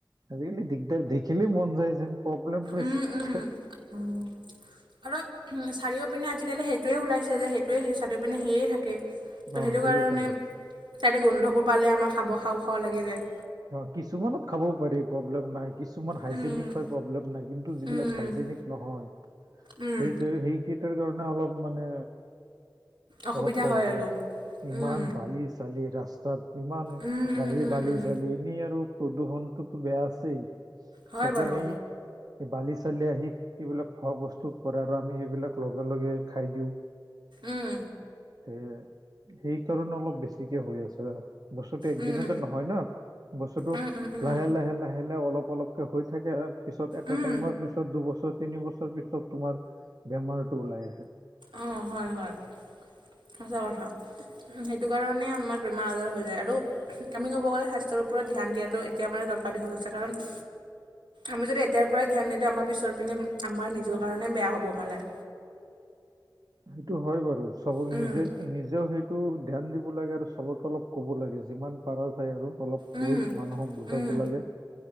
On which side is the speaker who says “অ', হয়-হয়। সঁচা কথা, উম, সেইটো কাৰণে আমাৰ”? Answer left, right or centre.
Right